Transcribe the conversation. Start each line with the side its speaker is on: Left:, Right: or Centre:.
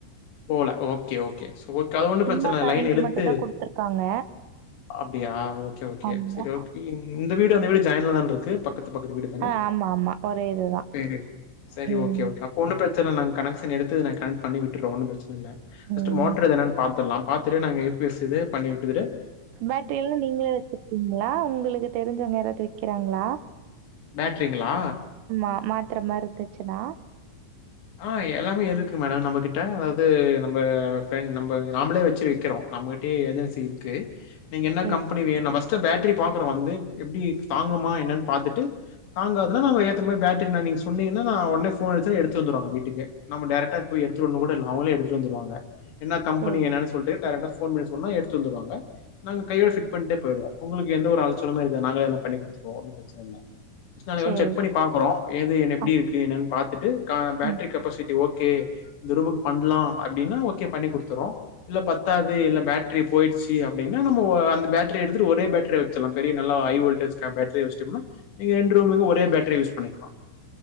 Left: போல ஓகே ஓகே அது ஒன்னு
Right: சும்மா
Left: பிரச்சன இல்ல
Right: கரண்ட்
Left: லைன் இழுத்து
Right: மட்டும் தான் குடுத்துருக்காங்க.
Left: அப்படியா ஒகே ஒகே
Right: ஆமா.
Left: செர் ஒகே <unintelligible> இந்த வீடு அந்த வீடு ஜாயின்ல தான்ருக்கு பக்கத் து பக்கத்து வீடு தான
Right: ஆ ஆமாமா. ஒரே இதுதான்.
Left: செரி செரி
Right: ம்.
Left: ஓகே ஓகே அப்ப ஒன்னு பிரச் த்து நாங்க கனெக்க்ஷன் எடுத் இது நான் கன் பண்ணி விட்டுறோ ஒன்னு பிரச் இல்ல ஃபஸ்ட்
Right: ம்.
Left: மோட்டர் எதனான் பாப் பெல்லா பாத்துரு நாங்க யூ பி எஸ் இது பண்ணிவுட்டுருது
Right: பேட்டரியெல்லா நீங்களே வச்சிருக்கீங்களா உங்களுக்கு தெரிஞ்சவங்க யாராவது விக்கிறாங்களா
Left: பேட்ரிங்களா
Right: ஆ மாத்திரமா இருந்துச்சின்னா
Left: ஆ எல்லாமே இருக்கு மேட நம்ம கிட்ட அதாவது நம்ப பிரெண் நம்ம நாமளே வச்சு வெக்கிறோ நம்மகிட்டயே ஏஜென்சி இருக்கு நீங்க என்ன
Right: சரி
Left: கம்பனி வேணும்ஸ்ட் பேட்டரி பா்கறோ வந்து எப்படி தாங்குமா என்னனு ூ தாங்காதுனா நம்ம ஏத்த மாரி பேர் ூ உே போன் எடு எடுத்து எடுத்து வந்துருவாங்க வீட்டுக்கு நம்ம டேரக்டா போய் எடுத்துட்டு வரனு கூடல்ல அவங்களே எடுத்துட்டு வந்துருவாங்க என்ன கம்பனி
Right: சரி
Left: என்னன்னு சொல்ட்டு டைரக்டா போன் பண்ணி சொன்னா எடுத்து வந்துருவாங்க நாங்க கையோட ஃபிட் பண்ணிட்டே போய்ருவோ உங்களுக்கு எந்த ஒரு அலசலமே இருக்காது நாங்க எல்லா பண்ணி குடுத்துருவோ ஒன்னு பிரச்சன இல்ல ஃபஸ்ட் நாளைக்கு
Right: சரி
Left: வந்து செக் பண்ணி பாக்குறோ எது என்ன எப்டி
Right: ஆ
Left: இருக்கு என்னன்னு பாத்துட்டு ஆ பேட்டரி
Right: ம்
Left: கெப்பாசிட்டி ஓகே ஓகே இந்த ரூமுக்கு பண்ணலா அப்படின்னா ஓகே பண்ணி குடுத்துறோ இல்ல பத்தாது இல்ல பேட்டரி போயிடுச்சு அப்படின்னா நம்ம அந்த பேட்டரி எடுத்துட்டு ஒரே பேட்டரியா வச்சிருல்லா பெரிய நல்லா ஹை வோல்டேஜ் பேட்டரிய வச்ட்டோம்னா நீங்க ரெண்டு ரூமுக்கு ஒரே பேட்டரி யூஸ் பண்ணிக்கலா